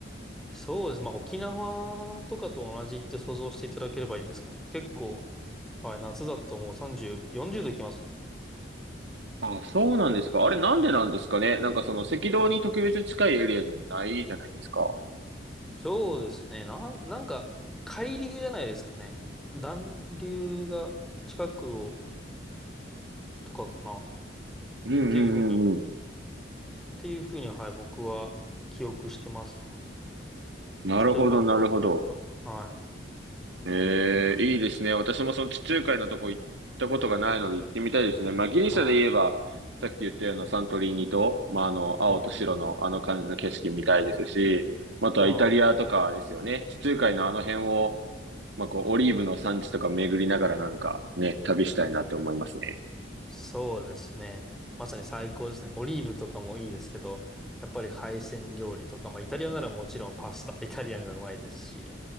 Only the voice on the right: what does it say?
ああ、そうなんですか。あれなんでなんですかね。なんかその赤道に特別近いエリアでもないじゃないですか。
うんうんうんうん。
なるほど、
なるほど。
ええ、いいですね。私もその地中海のとこ行ったことがないので行ってみたいですね。まあ、ギリシャで言えば、
さっき言ったようなサントリーニと、まあ、あの、青と白のあの感じの景色見たいですし、
まあとはイタリアとかですよね。
地中海のあの辺を、まあ、こう、オリーブの産地とか巡りながらなんかね、旅したいなって思いますね。